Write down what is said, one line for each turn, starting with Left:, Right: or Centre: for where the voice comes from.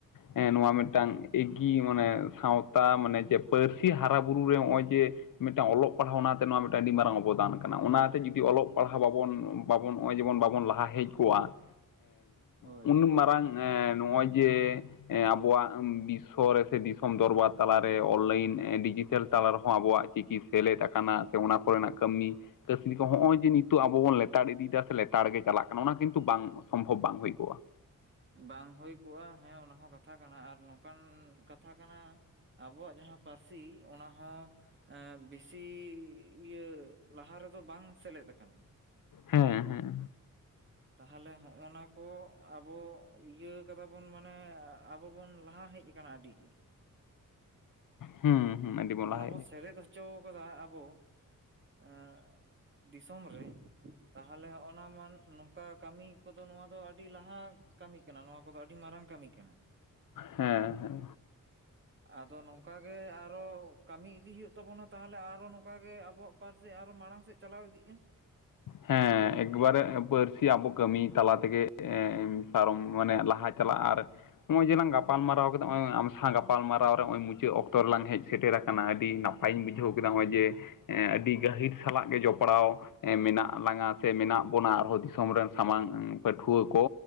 Left: ᱦᱮ ᱱᱚᱣᱟ ᱢᱤᱫᱴᱟᱝ ᱮᱜᱤ ᱢᱟᱱᱮ ᱥᱟᱶᱛᱟ ᱢᱟᱱᱮ ᱡᱮ ᱯᱟᱹᱨᱥᱤ ᱦᱟᱨᱟᱼᱵᱩᱨᱩ ᱨᱮ ᱱᱚᱜᱼᱚᱭ ᱡᱮ ᱢᱤᱫᱴᱟᱝ ᱚᱞᱚᱜ ᱯᱟᱲᱦᱟᱣ ᱚᱱᱟᱛᱮ ᱱᱚᱣᱟ ᱢᱤᱫᱴᱟᱝ ᱟᱹᱰᱤ ᱢᱟᱨᱟᱝ ᱚᱵᱚᱫᱟᱱ ᱠᱟᱱᱟ ᱚᱱᱟᱛᱮ ᱡᱩᱫᱤ ᱚᱞᱚᱜ ᱯᱟᱲᱦᱟᱣ ᱵᱟᱵᱚᱱ ᱵᱟᱵᱚᱱ ᱱᱚᱜᱼᱚᱭ ᱡᱮᱢᱚᱱ ᱵᱟᱵᱚᱱ ᱞᱟᱦᱟ ᱦᱮᱡ ᱠᱚᱜᱼᱟ
Right: ᱦᱳᱭ
Left: ᱩᱱ ᱢᱟᱨᱟᱝ ᱦᱮᱸ ᱱᱚᱜᱼᱚᱭ ᱡᱮ, ᱟᱵᱚᱣᱟᱜ ᱵᱤᱥᱥᱚ ᱨᱮᱥ ᱫᱤᱥᱚᱢ ᱫᱚᱨᱵᱟᱨ ᱛᱟᱞᱟᱨᱮ ᱚᱱᱞᱟᱭᱤᱱ ᱰᱤᱡᱤᱴᱮᱞ ᱛᱟᱞᱟ ᱨᱮᱦᱚᱸ ᱟᱵᱚᱣᱟᱜ ᱪᱤᱠᱤ ᱥᱮᱞᱮᱫ ᱟᱠᱟᱱᱟ ᱥᱮ ᱚᱱᱟ ᱠᱚᱨᱮᱱᱟᱜ ᱠᱟᱹᱢᱤ ᱠᱟᱹᱥᱱᱤ ᱠᱚ ᱦᱚᱜᱼᱚᱭ ᱡᱮ ᱱᱤᱛᱩᱜ ᱟᱵᱚ ᱵᱚᱱ ᱞᱮᱛᱟᱲ ᱤᱫᱤᱭᱮᱫᱟ ᱥᱮ ᱞᱮᱛᱟᱲ ᱜᱮ ᱪᱟᱞᱟᱜ ᱠᱟᱱᱟ ᱚᱱᱟ ᱠᱤᱱᱛᱩ ᱵᱟᱝ ᱥᱚᱢᱵᱷᱚᱵ ᱵᱟᱝ ᱦᱩᱭ ᱠᱚᱜᱼᱟ᱾
Right: ᱵᱟᱝ ᱦᱩᱭ ᱠᱚᱜᱼᱟ ᱦᱮᱸ ᱚᱱᱟ ᱦᱚᱸ ᱠᱟᱛᱷᱟ ᱠᱟᱱᱟ ᱟᱨ ᱱᱚᱝᱠᱟᱱ ᱠᱟᱛᱷᱟ ᱠᱟᱱᱟ᱾ ᱟᱵᱚᱣᱟᱜ ᱡᱟᱦᱟᱸ ᱯᱟᱹᱨᱥᱤ ᱚᱱᱟ ᱦᱚᱸ ᱮ ᱵᱮᱥᱤ ᱤᱭᱟᱹ ᱞᱟᱦᱟ ᱨᱮᱫᱚ ᱵᱟᱝ ᱥᱮᱞᱮᱫ ᱟᱠᱟᱱᱟ᱾
Left: ᱦᱮᱸ ᱦᱮᱸ᱾
Right: ᱛᱟᱦᱚᱞᱮ ᱦᱚᱜ-ᱱᱟ ᱠᱚ ᱟᱵᱚ ᱤᱭᱟᱹ ᱟᱫᱟ ᱵᱚᱱ ᱢᱟᱱᱮ ᱟᱵᱚ ᱵᱚᱱ ᱞᱟᱦᱟ ᱦᱮᱡ ᱟᱠᱟᱱᱟ᱾ ᱠᱟᱱᱟ ᱟᱹᱰᱤ ᱜᱮ᱾
Left: ᱦᱩᱸ ᱦᱩᱸ ᱟᱹᱰᱤ ᱞᱟᱦᱟ
Right: ᱚᱱᱟ
Left: ᱦᱮᱡ
Right: ᱵᱚᱱ ᱥᱮᱞᱮᱫ ᱦᱚᱪᱚ ᱠᱟᱫᱟ ᱟᱵᱚ ᱮᱸᱜ, ᱫᱤᱥᱚᱢ ᱨᱮ ᱛᱟᱦᱚᱞᱮ ᱦᱚᱜᱱᱟ ᱱᱚᱝᱠᱟ ᱠᱟᱹᱢᱤ ᱠᱚᱫᱚ ᱱᱚᱣᱟ ᱫᱚ ᱟᱹᱰᱤ ᱞᱟᱦᱟ᱾ ᱠᱟᱹᱢᱤ ᱠᱟᱱᱟ ᱱᱚᱣᱟ ᱠᱚᱫᱚ ᱟᱹᱰᱤ ᱢᱟᱨᱟᱝ ᱠᱟᱹᱢᱤ ᱠᱟᱱᱟ᱾
Left: ᱦᱮᱸ ᱦᱮᱸ
Right: ᱟᱫᱚ ᱱᱚᱝᱠᱟ ᱜᱮ ᱟᱨᱚ᱾ ᱠᱟᱹᱢᱤ ᱤᱫᱤ ᱦᱩᱭᱩᱜ ᱛᱟᱵᱚᱱᱟ ᱛᱟᱦᱚᱞᱮ ᱟᱨᱚ ᱱᱚᱝᱠᱟ ᱜᱮ ᱟᱵᱚᱣᱟᱜ ᱯᱟᱹᱨᱥᱤ ᱟᱨᱚ ᱢᱟᱲᱟᱝ ᱥᱮᱫ ᱪᱟᱞᱟᱣ ᱤᱫᱤᱜ-ᱟ᱾
Left: ᱦᱮᱸ᱾ ᱮᱠᱵᱟᱨᱮ ᱯᱟᱹᱨᱥᱤ ᱟᱵᱚ ᱠᱟᱹᱢᱤ ᱛᱟᱞᱟ ᱛᱮᱜᱮ ᱯᱟᱨᱚᱢ ᱢᱟᱱᱮ ᱞᱟᱦᱟ ᱪᱟᱞᱟᱜ ᱟᱨ, ᱱᱚᱜᱼᱚᱭ ᱡᱮᱞᱟᱝ ᱜᱟᱯᱟᱞᱢᱟᱨᱟᱣ ᱠᱮᱫᱟ ᱱᱚᱜᱼᱚᱭ ᱟᱢ ᱥᱟᱶ ᱜᱟᱯᱟᱞ ᱢᱟᱨᱟᱣ ᱨᱮ ᱱᱚᱜᱼᱚᱭ ᱢᱩᱪᱟᱹᱫ ᱚᱠᱛᱚ ᱨᱮᱞᱟᱝ ᱦᱮᱡ ᱥᱮᱴᱮᱨ ᱟᱠᱟᱱᱟ ᱟᱹᱰᱤ ᱱᱟᱯᱟᱭ, ᱱᱟᱯᱟᱭ ᱤᱧ ᱵᱩᱡᱷᱟᱹᱣ ᱠᱮᱫᱟ ᱱᱚᱜᱼᱚᱭ ᱡᱮ ᱟᱹᱰᱤ ᱜᱟᱹᱦᱤᱨ ᱥᱟᱞᱟᱜ ᱜᱮ ᱡᱚᱯᱲᱟᱣ ᱢᱮᱱᱟᱜᱼᱟ᱾ ᱞᱟᱝᱟ ᱥᱮ ᱢᱮᱱᱟᱜ ᱵᱚᱱᱟ ᱟᱨᱦᱚᱸ ᱫᱤᱥᱚᱢ ᱨᱮᱱ ᱥᱟᱢᱟᱝ ᱯᱟᱹᱴᱷᱩᱣᱟᱹ ᱠᱚ᱾